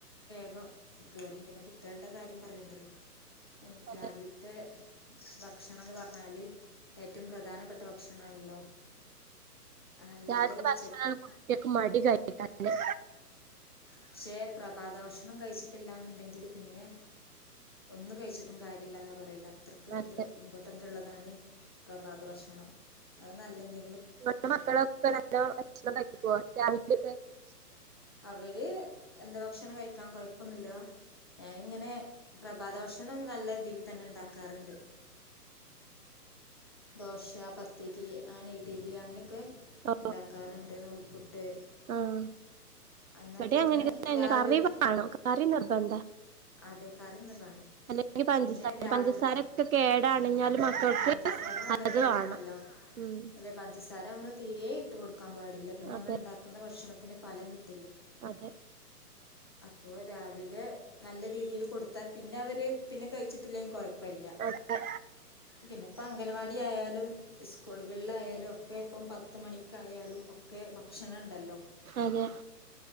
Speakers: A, on the left (about 15°); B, on the right (about 60°).
A: പ്പ കേറും പിന്നെ കുട്ടികളുടെ കാര്യം പറയണ്ടല്ലോ മ്മ്
B: അതെ
A: രാവിലത്തെ ഭക്ഷണം എന്ന് പറ ന്നാല് ഏറ്റ ഏറ്റവും പ്രധാനപ്പെട്ട ഭക്ഷണല്ലോ അല്ലാതെ
B: രാവിലത്തെ
A: ഉച്ചക്ക്
B: ഭക്ഷണാണ് കുട്ടികൾക്ക് മടി കഴിക്കാന്
A: പക്ഷേ പ്രഭാത ഭക്ഷണം ഒന്നും കഴിച്ചിട്ടില്ല എന്നുണ്ടെങ്കില് പിന്നെ ഒന്ന് കഴിച്ചിട്ടും കാര്യ ഇല്ലന്ന പറയില്ല എത്രക്ക്
B: അതെ
A: ഇതു ഇമ്പോർട്ടന്റ് ഉള്ളതാണ് പ്രഭാത ഭക്ഷണം അത് നല്ലെന്ത്
B: നിങ്ങളുടെ മക്കളൊക്കെ നല്ല ഭക്ഷ കഴിക്ക രാവിൽ തൊക്കെ <unintelligible>
A: അവര് എന്താ ഭക്ഷണം കഴിക്കാൻ കൊഴപ്പൊന്നുമില്ല ഞാനിങ്ങനെ പ്രഭാത ഭക്ഷണം നല്ല രീതിൽ തന്നെ ഇണ്ടാക്കാറുണ്ട് ദോശ പത്തിരി അങ്ങനെ ഇഡലി അങ്ങനെയൊക്കെ
B: ഓ...
A: ഉണ്ടാക്കാറുണ്ട് നൂൽപുട്ട്
B: ആമ്മ്...
A: എന്നാ
B: ഇവിടെ
A: പിന്നെ
B: അങ്ങനന്നെ അപ്പൊ
A: രാവിലെ
B: കറിണോ കറി നിർബന്ധ
A: അതെ കറിന്ന് വേണം
B: അല്ലെങ്ക പഞ്ചസാര
A: പിന്നെ രാവിലെ
B: പഞ്ചസാരൊക്കെ കേടാണ് ന്നലും മക്കൾക്ക്
A: പഞ്ചുസാര നല്ല
B: അത്
A: കേടാണല്ലോ
B: വേണം ഉം
A: അതെ പഞ്ചസാര ഞമ്മള് തീരേ ഇട്ട് കൊടുക്കില്ല കൊടുക്കാൻ പാടില്ല പിന്നെ
B: അതെ
A: നമ്മള ഉണ്ടാക്കുന്ന ഭക്ഷണത്തി ത്തിന്റെ ഫലം കിട്ടു
B: അതെ
A: അപ്പോ രാവിലെ നല്ല രീതിയിൽ കൊടുത്താ പിന്നെ അവര് പിന്നെ കഴിച്ചിട്ടില്ലെങ്കിൽ കുഴപ്പം കൊഴപ്പല്ല
B: അതെ
A: പിന്നെ പരിപാടി ആായാലും സ്കൂളുകളിലായാലും ഒക്കെ ഇപ്പം പത്ത് മണിക്കായാലും ഒക്കെ ഭക്ഷണം ഉണ്ടല്ലോ
B: അതെ